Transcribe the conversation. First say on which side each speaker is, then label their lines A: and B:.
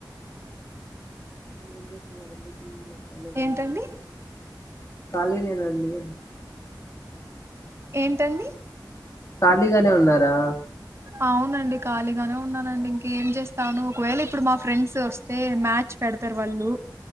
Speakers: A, on the left (about 40°); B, on the right (about 35°).
A: ఏం చేస్తున్నారండి టీవీ లే కాలిగానే
B: ఏంటండి?
A: కూర్చున్నా కాళినేనండి
B: ఏంటండి
A: ఖాళీగానే ఉన్నారా
B: అవునండి ఖాళీగానే ఉన్నానండి ఇంకేం చేస్తాను ఒకవేళ ఇప్పుడు మా ఫ్రెండ్స్ వస్తే మ్యాచ్ పెడతారు వాళ్ళు